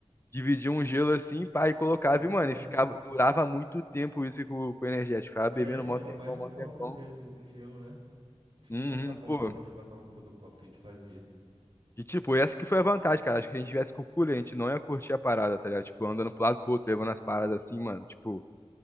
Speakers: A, on the left (about 25°); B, on the right (about 55°).
A: dividia um gelo assim, pá, e colocava,
B: Já
A: e, mano,
B: era.
A: e ficava, durava muito tempo isso com, com o energético. Ficava
B: É,
A: bebendo
B: pô,
A: mó
B: dava
A: tempão,
B: mais de
A: mó
B: um copo,
A: tempão.
B: às vezes, um gelo, né? A gente não
A: Uhum,
B: precisava ficar comprando
A: pô.
B: gelo pra co- todo copo que a gente fazia.
A: E tipo, essa que foi a vantagem, cara. Acho que a gente tivesse com o cooler, a gente não ia curtir a parada, tá ligado? Tipo, andando pro lado pro outro, levando as paradas assim, mano. Tipo,